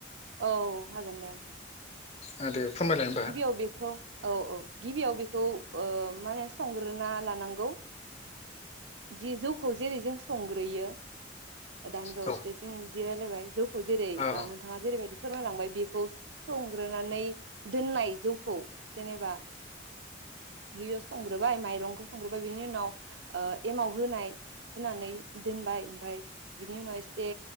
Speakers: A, on the right; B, on the left.
A: औ हागोन दे
B: ओ दे फोरमायलाय होमबा
A: गिबियाव बेखौ औ औ गिबियाव बेखौ माने संग्रोना लानांगौ जि जौखौ जेरै जों संग्रोयो दानि बावैसो
B: औ
A: जों जि रायलायबाय जौखौ। जेरै
B: औ
A: नोंथाङा जेरै बायदि बि फोरमायलांबाय बेखौ संग्रोनानै दोननाय जौखौ जेनेबा बेयाव संग्रोबाय माइरंखौ संग्रोबाय बिनि उनाव एमाव होनाय होनानै दोनबाय ओमफफ्राय बिनि उनाव एसे